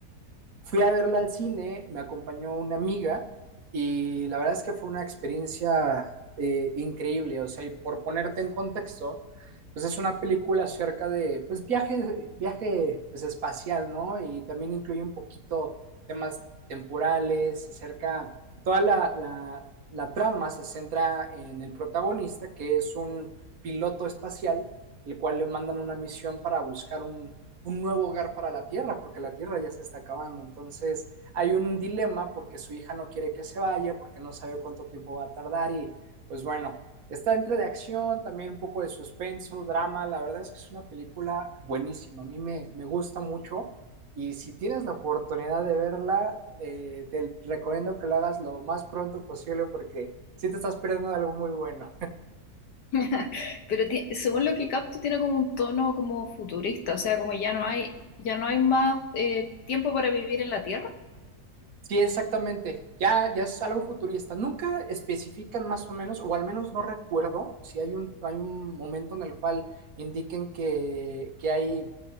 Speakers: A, on the right (about 60°); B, on the left (about 80°).
A: fui a verla al cine, me acompañó una amiga y la verdad es que fue una experiencia eh, increíble. O sea, y por ponerte en contexto, pues es una película acerca de pues viaje, viaje pues espacial, ¿no? Y también incluye un poquito temas temporales, acerca, toda la, la, la trama se centra en el protagonista, que es un piloto espacial, el cual le mandan una misión para buscar un, un nuevo hogar para la Tierra, porque la Tierra ya se está acabando. Entonces hay un dilema porque su hija no quiere que se vaya, porque no sabe cuánto tiempo va a tardar y pues bueno, está entre de acción, también un poco de suspenso, drama. La verdad es que es una película buenísima, a mí me, me gusta mucho y si tienes la oportunidad de verla, eh, te recomiendo que lo hagas lo más pronto posible porque si sí te estás perdiendo de algo muy bueno.
B: <laughs> Pero ti- según lo que capto, tiene como un tono como futurista, o sea, como ya no hay, ya no hay más eh, tiempo para vivir en la Tierra.
A: Sí, exactamente. Ya, ya es algo futurista. Nunca especifican más o menos, o al menos no recuerdo si hay un, hay un momento en el cual indiquen que, que hay